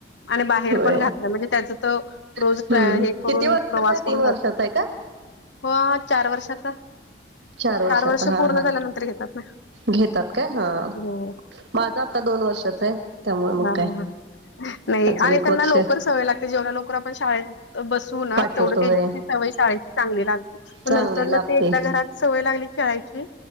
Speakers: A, on the left; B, on the right.
A: आणि बाहेर
B: होय
A: पण घातलं म्हणजे त्याच तर रोज
B: हम्म
A: हे करून
B: किती वर्षाचा
A: प्रवास
B: आहे
A: करून
B: तीन वर्षाचा
A: जातो
B: आहे का?
A: हो चार वर्षाचा
B: चार वर्षात
A: वर्ष
B: हा
A: पूर्ण
B: हा
A: झाल्यानंतर घेतात ना
B: घेतात काय हा
A: हो
B: माझं आत्ता दोन वर्षाच आहे त्यामुळे मग
A: हा
B: काय
A: नाही
B: अजून
A: आणि
B: एक
A: त्यांना
B: वर्ष
A: लवकर सवय लागते जेवढ लोक आपण शाळेत बसू ना
B: पाठवतो
A: तेवढ त्याची
B: होय
A: सवय शाळेची चांगली लागते म
B: चांगली
A: नंतर ना
B: लागते.
A: ते एकदा घरात सवय लागली खेळायची